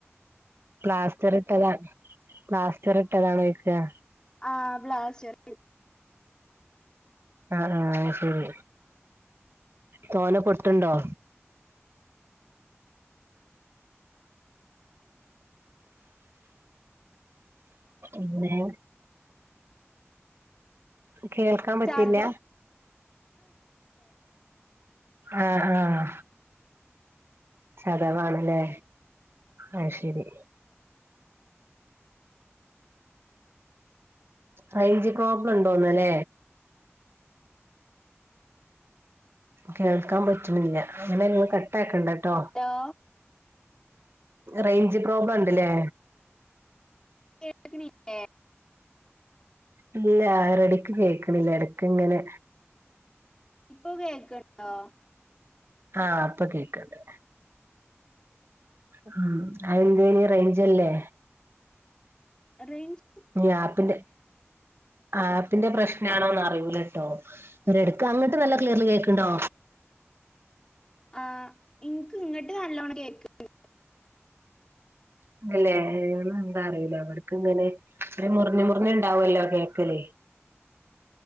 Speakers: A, on the right; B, on the left.
A: പ്ലാസ്റ്റർ ഇട്ടതാ പ്ലാസ്റ്റർ ഇട്ടതാണോ ചോയ്ക്ക
B: ആ പ്ലാസ്റ്ററ്
A: ആഹ് ആഹ് ശരി തോന പൊട്ടുണ്ടോ ഇന്നേ കേൾക്കാംപറ്റില്ല
B: ചതുരം
A: ആഹ് ആഹ് ചതവാണ്ലേ ആഹ് ശരി റെയ്ഞ്ച് പ്രോബ്ലം ഉണ്ടോന്നലേ കേൾക്കാൻ പറ്റ്ണില്ല, അങ്ങനെ നിങ്ങൾ കട്ട ആക്കണ്ട ട്ടോ
B: ഹലോ
A: റെയ്ഞ്ച് പ്രോബ്ലം ഉണ്ട്ലേ
B: കേക്ക്ണില്ലേ
A: ഇല്ല ഒരെടെക്ക് കേൾക്കണില്ല എടക്ക് ഇങ്ങനെ
B: ഇപ്പൊ കേൾക്ക്ണ്ടോ
A: ആഹ് ഇപ്പം കേക്ക്ണ്ട് ഉം അഹ് എന്തേനി റെയ്ഞ്ചില്ലേ
B: റെയ്ഞ്ച്
A: ഈ ആപ്പിന്റെ ആപ്പിന്റെ പ്രശ്നാണോന്നറിയൂല ട്ടോ <unintelligible> എടുക്ക അങ്ങട്ട് നല്ല ക്ലിയർല് കേക്ക് ണ്ടോ
B: ആഹ് ഇൻക്ക് ഇങ്ങട്ട് നല്ലോണം കേക്ക്ണ്ട്
A: ഇന്നല്ലേ <unintelligible> എന്താ അറിയൂല ഇവടക്ക് ഇങ്ങനെ തൃ മുറിഞ്ഞി മുറിഞ്ഞി ഇണ്ടാവല്ലോ കേക്കല്